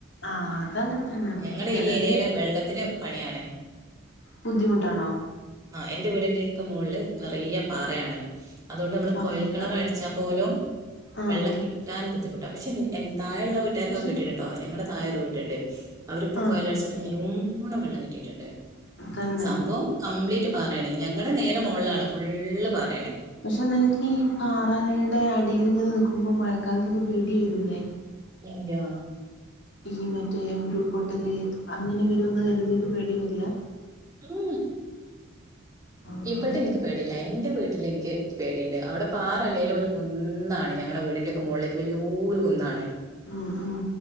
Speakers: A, on the left (about 60°); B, on the right (about 15°).
A: ആഹ അതങ്ങനെ തന്നെ
B: ഞങ്ങളുടെ
A: കിണ
B: ഈ ഏരിയയില് വെള്ളത്തിന് പണിയാണ്
A: ബുദ്ധിമുട്ടാണോ
B: എൻ്റെ വീടിൻ്റെയൊക്കെ മുകളിൽ നിറയ പാറയാാണ് അതുകൊണ്ട് നമ്മള്
A: പാറ
B: കോഴൽ കിണർ അടിച്ചാൽ പോലും
A: ആഹ്
B: വെള്ളം കിട്ടാൻ ബുദ്ധിുട്ട പെൻ തായുള്ള വീട്ടുകാക്ക
A: പക്ഷെ
B: കിട്ടീട്ടോ ഞങ്ങളടെ തായൊ ഒരു വീട്ട ണ്ട് അവരിപ്പോ
A: ആഹ്
B: കൊലാഴ്ചപ്പോ നല്ലോണ്ണം വെള്ളം കിട്ടിയിട്ടുണ്ട്
A: തന്നെ
B: സംഭവം കംപ്ലീറ്റ് പറയണേ ഞങ്ങളുടെ നേരെ മുകളാണ് ഫുള്ള് പറയണേ
A: പക്ഷെ നിനക്ക് ഈ പാറാനയുടെ അടിൽിങ്ങനെ നക്കുമ്പോ മഴക്കാലത്തൊക്കെ പേടി വരൂല്ലേ
B: ഇല്ലയ
A: ഈ മറ്റേ ഉരുൾപൊട്ടല് അങ്ങനെ വരുമന്ന് കരുതിയിട്ട് പേടി വരില്ല
B: ഉ
A: ആഹ്
B: ഇവിടെ എനിക്ക് പേടല്ല എറെ വീട്ട വീട്ടിൽ എനിക്ക് പേടിയുണ്ട് അവിടെ പാറല്ലേലും ഒരു കുന്നാണ് ഞങ്ങളുടെ വീടിന്റെ ഒക്കെ മുകളിലേക്ക് വലിയ ഒരു കുന്നാണ്
A: ഉം ഉം